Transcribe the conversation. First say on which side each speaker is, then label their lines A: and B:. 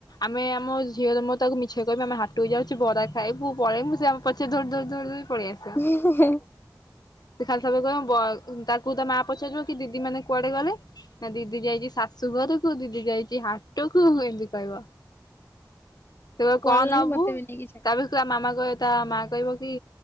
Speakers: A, on the left (about 65°); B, on the left (about 30°).
A: ଆମେ ଆମ ଝିଅ ର ମୋର ତାକୁ ମିଛ କହିବ ଆମ ହଟକୁ ଯାଉଛି ବରା ଖାଇବୁ ପଳେଇବୁ ସେ ଆ ପଛରେ ଦୌଡି ଦୌଡି ଦୌଡି ପଳେଇ ଆସେ।
B: <unintelligible>
A: ସେ ଖାଲି ସବେ କହ ତାକୁ ତା ମା ପଚାରିବ କି ଦିଦି ମାନେ କୁଆଡେ ଗଲେ? ନା ଦିଦି ଯାଇଛି ଶାଶୁଘରକୁୁ ଦିଦି ଯାଇଛି ହାଟ କୁ ଏମିତି କହିବ। ତବେ
B: ସେ ପଳେଇଲାଣି
A: କଣ ନବୁ
B: ମତେ ବି ନେଇକି ଛାଡି
A: ତା ବି କ ମାମା କହିବ ତା ମା କହିବ କି